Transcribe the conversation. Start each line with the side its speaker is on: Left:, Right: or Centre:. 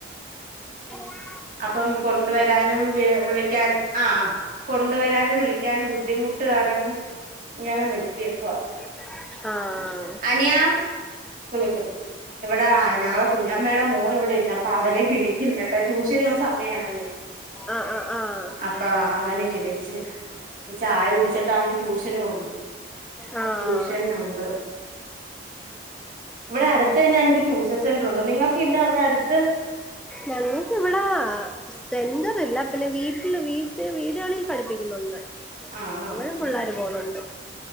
Centre: <inaudible>
Right: അപ്പം കൊണ്ടുവരാനും വി വിളിക്കാനും ആഹ്. കൊണ്ടുവരാനും വിളിക്കാനും ബുദ്ധിമുട്ട് കാരണം ഇങ്ങനെ നിർത്തിയേക്കുവ.
Centre: ആഹ്
Right: <inaudible> ഇവിടെ ഞങ്ങളെ കുഞ്ഞമ്മയുടെ മോൻ ഇവിടെ ഇരുന്ന്. അപ്പൊ അവനെ വിളിക്കുന്നു ഏട്ടാ ട്യൂഷന് പോവാൻ സമയം അവന്.
Centre: ആഹ് ആഹ് ആഹ്
Right: അപ്പാ അവനെ വിളിച്ച്. ചായ കുടിച്ചിട്ട് അവന് ട്യൂഷന് പോണ്ടേ.
Centre: ആഹ്
Right: ട്യൂഷൻ ഉണ്ട്. ഇവിടെ അടുത്ത് തന്നെ ഞങ്ങക്ക് ട്യൂഷൻ സെന്ററുണ്ട്, നിങ്ങൾക്ക് ഇല്ല അവിടെ അടുത്ത്?
Centre: ഞങ്ങൾക്ക് ഇവിടാ സെന്ററില്ല, പിന്നെ വീട്ടില് വീട്ടി വീടുകളിൽ പഠിപ്പിക്കുന്നുണ്ട്. <unintelligible>
Right: ആഹ് ആഹ്
Centre: പിള്ളേര് പോന്ന്ണ്ട്.